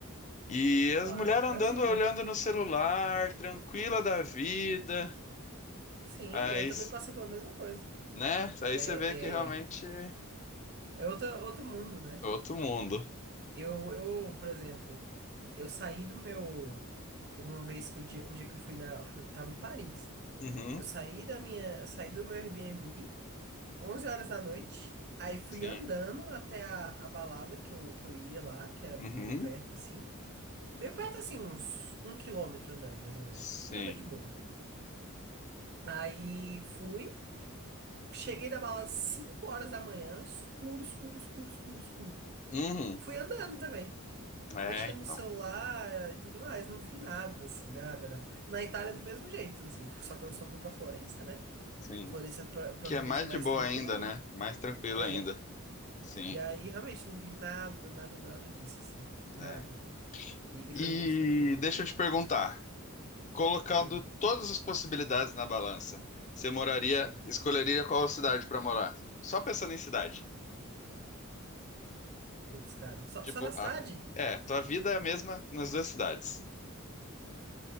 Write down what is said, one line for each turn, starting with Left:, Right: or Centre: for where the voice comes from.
Left: E
Right: claro.
Left: as mulheres
Right: Brasil,
Left: andando, olhando
Right: né?
Left: no celular, tranquila da vida.
Right: Sim,
Left: Aí,
Right: eu também passei pela mesma coisa.
Left: né? Aí
Right: É,
Left: você vê que realmente
Right: é,
Left: é
Right: é outro, outro mundo, né?
Left: outro mundo.
Right: Eu, eu, por exemplo, eu saí do meu. Teve uma vez que eu, di- um dia que eu fui na. fui- tava em Paris.
Left: Uhum,
Right: Eu saí da minha. Saí do meu Airbnb, 11 horas da noite. Aí fui
Left: sim.
Right: andando até a, a balada que eu, que eu ia lá, que era
Left: Uhum,
Right: meio perto assim. Meio perto assim, uns um quilômetro andando, mais ou menos.
Left: sim.
Right: Dava de boa. Aí fui. Cheguei da balada às 5 horas da manhã, escuro, escuro, escuro, escuro, escuro.
Left: Uhum.
Right: Fui andando também.
Left: É,
Right: mexendo
Left: então,
Right: no celular e tudo mais. Não vi nada, assim, nada, nada. Na Itália, do mesmo jeito, assim. Só que eu só fui pra Florença, né?
Left: sim.
Right: Florença pro- provavelmente
Left: Que é mais
Right: é mais
Left: de boa
Right: tranquilo.
Left: ainda, né? Mais tranquilo
Right: É.
Left: ainda. Sim,
Right: E aí, realmente, não vi nada, nada, nada disso, assim. Nada.
Left: né?
Right: E, e
Left: E
Right: foi muito tranquilo.
Left: deixa eu te perguntar, colocando
Right: Hum,
Left: todas as possibilidades na balança, você moraria,
Right: sim.
Left: escolheria qual cidade para morar? Só pensando em cidade.
Right: Putz, cara. Só,
Left: Tipo,
Right: só na cidade?
Left: a- é, tua vida é a mesma nas duas cidades,